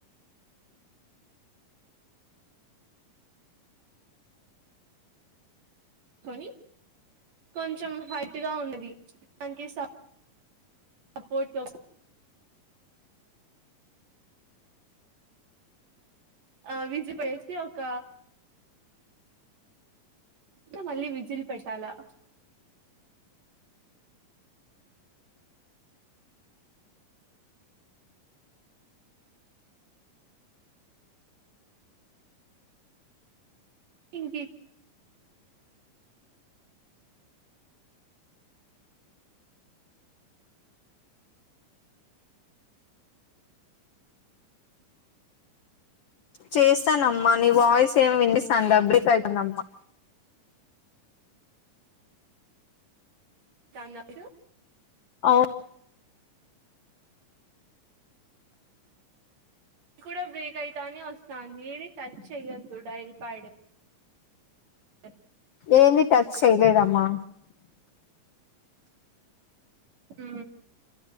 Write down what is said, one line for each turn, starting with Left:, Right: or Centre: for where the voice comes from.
Right: కొని కొంచెం హైట్ గా ఉన్నది దానికి స సపోర్ట్ కోస్ ఆ విజిప్ ఏసీ ఒక ఇంకా మళ్ళీ విజిల్ పెట్టాలా ఇంకి
Left: చేస్తానమ్మా నీ వాయిస్ ఏమి విండిస్తాంది డబ్బ్రక్ అవుతుందమ్మా
Right: టన్ నైట్
Left: అవును
Right: అది కూడ బ్రేక్ అయితాంది, వస్తాంది ఏది టచ్ చెయ్యొద్దు డైల్ పాడ్. ఎ
Left: ఏంది టచ్ చేయలేదమ్మా
Right: హు